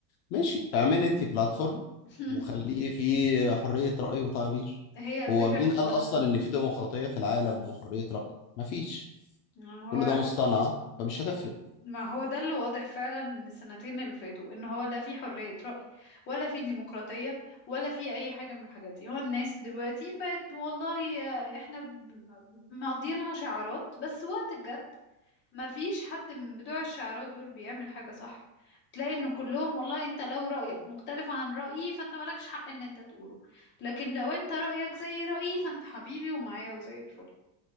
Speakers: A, on the left; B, on the left.
A: ماشي اعملي انت بلاتفورم
B: <laughs>
A: وخليه فيه حرية رأي وتعبير
B: هي الفكرة
A: هو مين
B: في
A: قال
B: ان هما
A: اصلا ان في ديمقراطية في العالم وحرية رأي مفيش
B: إن هو
A: كل ده مصطنع فمش هتفرق
B: ما هو ده اللي واضح فعلا من السنتين اللي فاتوا ان هو لا في حرية رأي ولا في ديمقراطية ولا في اي حاجة من الحاجات دي هو الناس دلوقتي بقت والله آه، احنا ب- مقضيينها شعارات بس وقت الجد ما فيش حد من بتوع الشعارات دول بيعمل حاجة صح تلاقي ان كلهم والله انت لو رأيك مختلف عن رأيي فانت مالكش حق ان انت تقوله لكن لو انت رأيك زي رأيي فانت حبيبي ومعايا وزي الفل